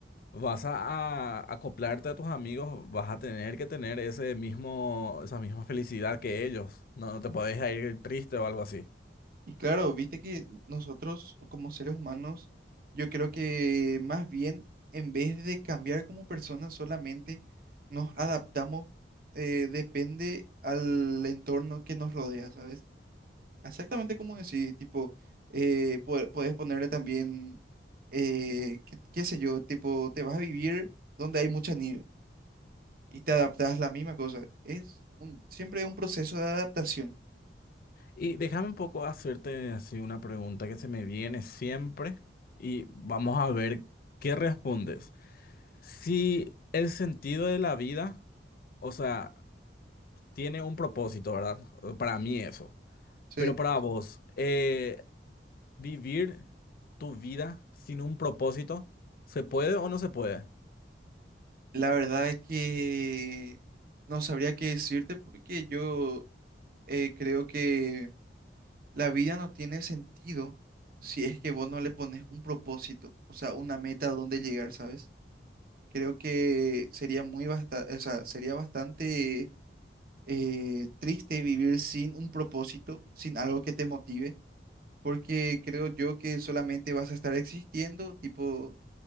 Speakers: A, on the left; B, on the right.
A: Vas a, a acoplarte a tus amigos, vas a tener que tener ese mismo, esa misma felicidad que ellos. No, no te podés ir triste o algo así.
B: Y claro, viste que nosotros como seres humanos, yo creo que más bien en vez de cambiar como personas solamente, nos adaptamos, eh, depende al entorno que nos rodea, ¿sabes? Exactamente como decís, tipo, eh, po- podés ponerle también, eh, qué, qué sé yo, tipo, te vas a vivir donde hay mucha nieve y te adaptás la misma cosa. Es un, siempre es un proceso de adaptación.
A: Y déjame un poco hacerte así una pregunta que se me viene siempre y vamos a ver qué respondes. Si el sentido de la vida O sea, tiene un propósito, ¿verdad? Para mí eso.
B: Sí,
A: Pero para vos, eh, ¿vivir tu vida sin un propósito? ¿Se puede o no se puede?
B: la verdad es que no sabría qué decirte porque yo eh, creo que la vida no tiene sentido si es que vos no le pones un propósito, o sea, una meta a dónde llegar, ¿sabes? Creo que sería muy basta- o sea, sería bastante eh, triste vivir sin un propósito, sin algo que te motive, porque creo yo que solamente vas a estar existiendo, tipo,